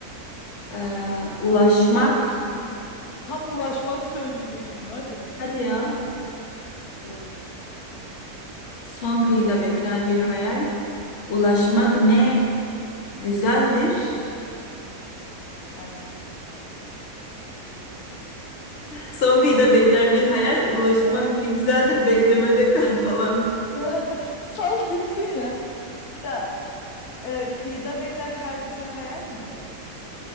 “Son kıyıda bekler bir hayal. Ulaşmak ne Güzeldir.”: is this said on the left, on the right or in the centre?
Left